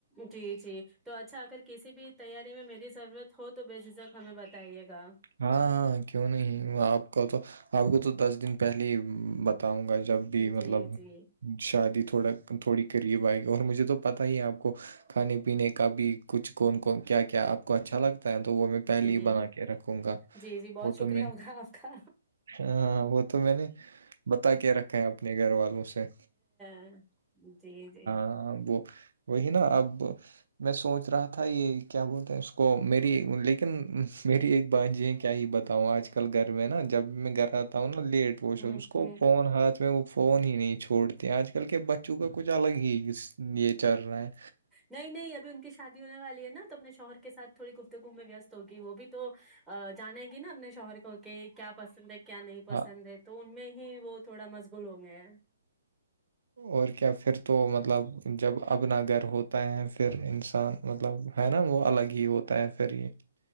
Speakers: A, in the centre; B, on the right.
A: جی جی تو اچھا اگر کسی بھی تیاری میں میری ضرورت ہو تو بے جھجھک ہمیں بتائیے گا
B: ہاں ہاں کیوں نہیں آپ کو تو آپ کو تو دس دن پہلے ہی بتاؤں گا جب بھی
A: جی
B: مطلب
A: جی
B: شادی تھوڑا تھوڑی قریب آئے گی اور مجھے تو پتہ ہی آپ کو کھانے پینے کا بھی کچھ کون کون کیا کیا آپ کو اچھا لگتا ہے تو وہ میں پہلے
A: جی
B: ہی بنا کے رکھوں گا
A: جی جی بہت
B: وہ
A: شکریہ
B: تو میں نے
A: ہو کا آپ کا
B: ہاں وہ تو میں نے بتا کے رکھا ہے اپنے گھر والوں سے
A: ہ جی جی
B: ہاں وہ وہی نا اب میں سوچ رہا تھا یہ کیا بولتے ہیں اس کو میری ل لیکن میری ایک بات جی ہے کیا ہی بتاؤں آج کل گھر میں نا جب میں گھر آتا ہوں نا لیٹ پو
A: ہوں
B: اس کو
A: ہوں
B: فون ہاتھ میں فون ہی نہیں چھوڑتے آج کل کے بچوں کا کچھ الگ ہی یہ چل رہا ہے
A: نہیں نہیں ابھی ان کی شادی ہونے والی ہے نا تو اپنے شوہر کے ساتھ تھوڑی گفتےگووم میں وست ہوگی وہ بھی تو جانے گی نا اپنے شوہر کو کہ کیا پسند ہے کیا نہیں پسند
B: ہاں
A: ہے تو ان میں ہی وہ تھوڑا مشغول ہوں گئے ہیں
B: اور کیا پھر تو مطلب جب اپنا گھر ہوتا ہے پھر انسان مطلب ہے نا وہ الگ ہی ہوتا ہے پھر ہی